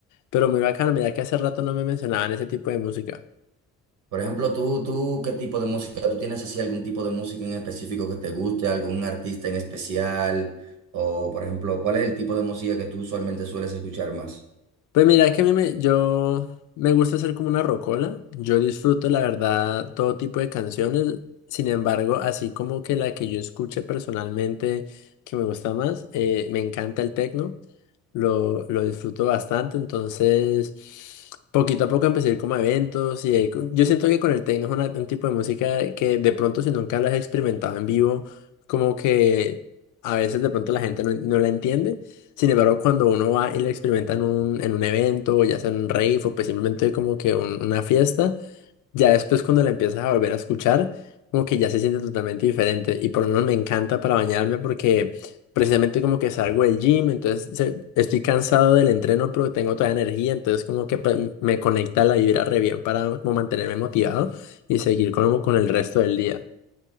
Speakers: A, on the left; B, on the right.
A: Pero muy bacano, mira que hace rato no me mencionaban ese tipo de música.
B: Por ejemplo, tú, tú, ¿qué tipo de música? ¿Tú tienes así algún tipo de música en específico que te guste, algún artista en especial? O, por ejemplo, ¿cuál es el tipo de música que tú usualmente sueles escuchar más?
A: Pues mira que a mí me, yo me gusta hacer como una rocola. Yo disfruto, la verdad, todo tipo de canciones. Sin embargo, así como que la que yo escuche personalmente que me gusta más, eh, me encanta el tecno. Lo, lo disfruto bastante. Entonces, poquito a poco empecé a ir como a eventos. Y ahí co- yo siento que con el tecno es una- un tipo de música que de pronto, si nunca lo has experimentado en vivo, como que a veces de pronto la gente no no la entiende. Sin embargo, cuando uno va y lo experimenta en un, en un evento, ya sea en un rave o pues simplemente como que un- una fiesta, ya después cuando la empiezas a volver a escuchar, como que ya se siente totalmente diferente. Y por lo menos me encanta para bañarme porque precisamente como que salgo del gym, entonces se- estoy cansado del entreno, pero tengo toda energía, entonces como que pues, me conecta la vibra re bien para como mantenerme motivado y seguir como con el resto del día.